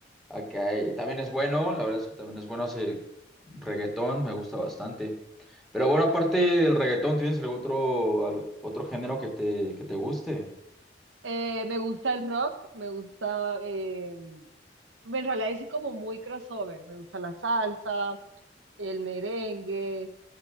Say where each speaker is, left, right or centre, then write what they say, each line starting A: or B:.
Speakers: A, in the centre; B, on the right.
A: Ok, también es bueno, la verdad es que también es bueno hace reggaetón, me gusta bastante. Pero bueno, aparte del reggaetón, ¿tienes algún otro, al- otro género que te, que te guste?
B: Eh, me gusta el rock, me gusta, eh, en realidad es como muy crossover. Me gusta la salsa, el merengue,